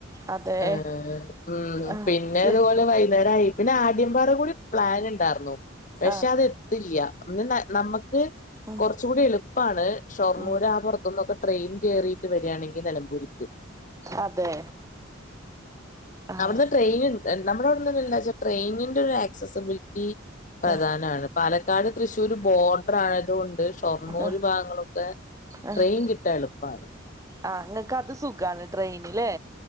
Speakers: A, on the right; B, on the left.
A: അതെ
B: ആഹ് മ്
A: ആഹ്
B: പിന്നെ
A: യ
B: ഇതുപോലെ വൈന്നേരായി പിന്നാദ്യംപാറകൂടി പ്ലന്ണ്ടാർന്നു പക്ഷെ
A: ആഹ്
B: അതെത്തില്ല്യ പിന്നെ ന്നമ്മക്ക്
A: ഉം
B: കൊറച്ചൂടി എളു പ്പാണ് ഷൊർണ്ണൂരാ
A: ഉം
B: പൊറത്ത്ന്നൊക്കെ ട്രെയിൻ കേറിയിട്ട് വെരാണെങ്കി നെലമ്പൂര്ക്ക്
A: അതെ ആഹ്
B: അവ്ടുന്ന് ട്രെയിന്ണ്ട് ന്താ നമ്മടവ്ടന്നെന്താച്ചാ ട്രെയിനിന്റൊരു ആക്സസബിലിറ്റി പ്രധാനാണ്
A: ആഹ്
B: പാലക്കാട്, തൃശ്ശൂർ, ബോഡ്രായതുകൊണ്ട് ഷൊർണ്ണൂര്
A: ആഹ്
B: ഭാഗങ്ങളൊക്കെ
A: ആഹ്
B: ട്രെയിൻ കിട്ടാ എളുപ്പാണ്.
A: ആഹ് ഇങ്ങക്കത് സുഖാണ് ട്രെയിന് ല്ലേ?